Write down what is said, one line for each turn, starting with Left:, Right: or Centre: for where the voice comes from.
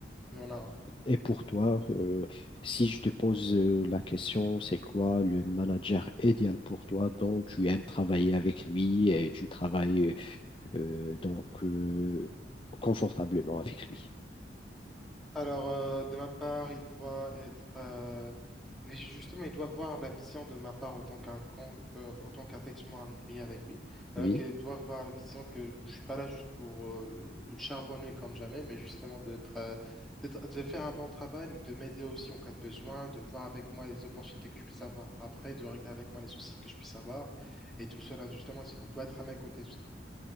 Centre: Il y en a. un.
Left: Et pour toi, euh, si je te pose euh, la question, c'est quoi le manager idéal pour toi dont tu aimes travailler avec lui et tu travailles euh, donc euh, confortablement avec lui?
Centre: Alors, euh, de ma part, il doit être euh, ju- justement, il doit voir la vision de ma part autant qu'un con- que- autant qu'effectivement un ouvrier avec lui.
Left: Oui.
Centre: Euh, qu'il doit voir la vision que je suis pas là juste pour euh, charbonner comme jamais, mais justement d'être euh, d'être- de faire un bon travail, mais de m'aider aussi en cas de besoin, de voir avec moi les opportunités que je puisse avoir après, de régler avec moi les soucis que je puisse avoir, et tout cela justement, il doit être à mes côtés tout simplement.